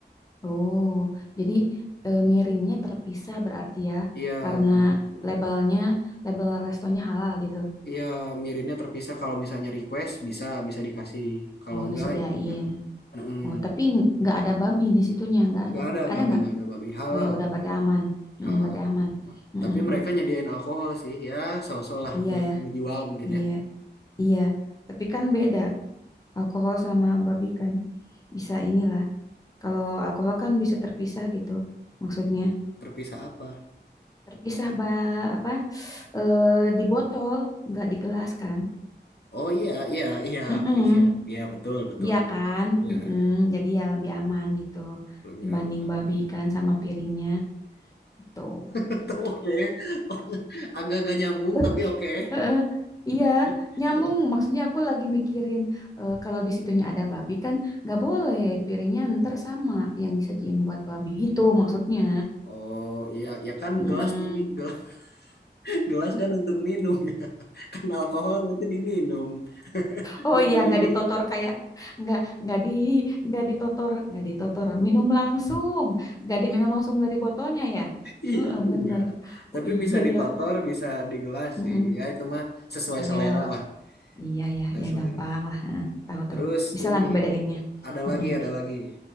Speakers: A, on the left (about 20°); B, on the left (about 65°).
A: Oh, jadi eh, mirinnya terpisah berarti ya,
B: Iya
A: karena
B: gitu.
A: labelnya, label restonya halal gitu.
B: Iya mirinnya terpisah. Kalau misalnya request bisa bisa dikasih. Kalau
A: Oh,
B: enggak
A: disediain.
B: ya udah. Mm-mm.
A: Oh, tapi ng- nggak ada babi di situnya, nggak
B: Nggak
A: ada.
B: ada nggak
A: Ada
B: ada
A: nggak?
B: nggak ada babi halal.
A: Oh ya udah, berarti aman. Mhm,
B: halal
A: berarti
B: halal
A: aman.
B: halal.
A: Mhm,
B: tapi
A: mhm.
B: mereka nyediain alkohol sih ya so-so lah
A: Iya
B: buat
A: ya,
B: ngejual mungkin
A: iya,
B: ya
A: iya. Tapi kan beda alkohol sama babi kan. Bisa inilah. Kalau alkohol kan bisa terpisah gitu, maksudnya.
B: terpisah apa
A: terpisah ba apa eh, di botol nggak di gelas kan
B: oh iya iya iya
A: Mm-mm.
B: iya iya betul betul
A: Iya
B: terpisah
A: kan
B: iya
A: Mm-mm.
B: iya iya
A: Jadi ya lebih aman gitu
B: lebih
A: dibanding
B: aman
A: babi kan sama piringnya itu
B: <laughs> oke Oh, agak-agak nyambung
A: <laughs>
B: tapi oke
A: Heeh. Iya,
B: <laughs>
A: nyambung. Maksudnya aku lagi mikirin eh, kalau di situnya ada babi kan nggak boleh piringnya ntar sama yang disajiin buat babi gitu maksudnya.
B: oh iya ya kan
A: Mm-mm.
B: gelas di gelas, <laughs> gelas kan untuk minum ya <laughs> kan alkohol nanti diminum
A: Oh
B: bukan
A: iya,
B: dimakan
A: nggak ditotor kayak nggak nggak di nggak ditotor nggak ditotor minum langsung nggak diminum langsung dari botolnya ya.
B: <laughs> iya
A: Heeh,
B: enggak
A: bener.
B: tapi
A: Oh iya
B: bisa ditotor
A: ya.
B: bisa di gelas
A: Heeh.
B: sih ya itu mah sesuai
A: Ya
B: selera lah
A: iya ya
B: sesuai
A: ya gampang
B: selera
A: lah. Heeh, Tahu
B: Terus
A: tahu. Bisa
B: ini
A: lah ngebedainnya.
B: ada
A: Heeh.
B: lagi, ada lagi,